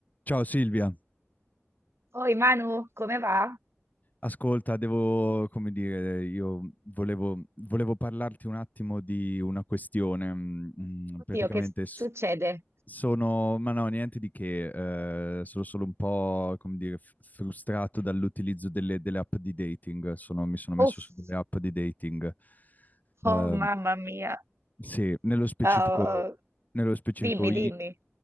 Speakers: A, on the left; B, on the right.
A: Ciao Silvia,
B: Oi Manu, come va?
A: ascolta, devo, come dire, io volevo, volevo parlarti un attimo di una questione. mm, mm,
B: Oddio,
A: Praticamente
B: che
A: s-
B: succede?
A: sono, ma no, niente di che, eh, sono solo un po', come dire, f- frustrato dall'utilizzo delle, delle app di dating. Sono- mi sono messo
B: Uff,
A: su delle app di dating. Eh,
B: oh mamma mia.
A: sì, nello specifico,
B: Ah,
A: nello specifico
B: dimmi, dimmi.